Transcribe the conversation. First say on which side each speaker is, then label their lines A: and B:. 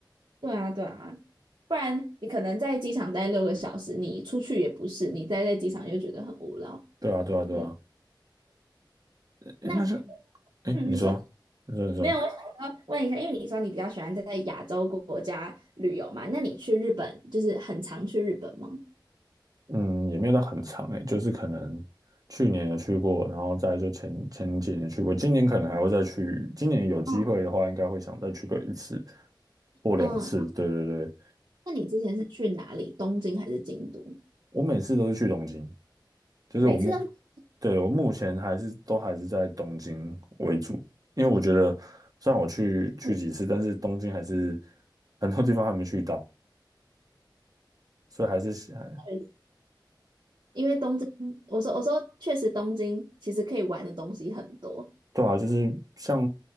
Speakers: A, on the right; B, on the right.
A: 对啊，对啊，不然你可能在机场待六个小时，你出去也不是，你待在机场又觉得很无聊。
B: 对啊，对啊，对啊。
A: 嗯，
B: 诶，
A: 那
B: 那是，诶，
A: 嗯，
B: 你说，
A: 你说。
B: 你说，你说。
A: 没有，我想要问一下，因为你说你比较喜欢在亚洲国家旅游嘛，那你去日本就是很常去日本吗？
B: 嗯，也没有到很长诶，就是可能去年有去过，然后再来就前前几年去过，今年可能还会再去，今年有机会的话，
A: 嗯
B: 应该会想再去个一次或两次。
A: 嗯，
B: 对对对，
A: 那你之前是去哪里？东京还是京都？
B: 我每次都是去东京，就是我目，
A: 每次都是
B: 对，我目前还是都还是在东京为主，因为我觉得虽然我去去几次，
A: 这么
B: 但是东京还是很多地方还没去到，所以还是想啊。
A: 去，因为东京，我说我说确实东京其实可以玩的东西很多。
B: 对啊，就是像